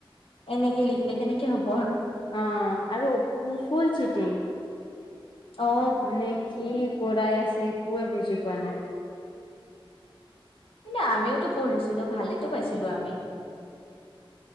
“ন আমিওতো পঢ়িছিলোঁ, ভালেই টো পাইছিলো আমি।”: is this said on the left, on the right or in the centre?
Left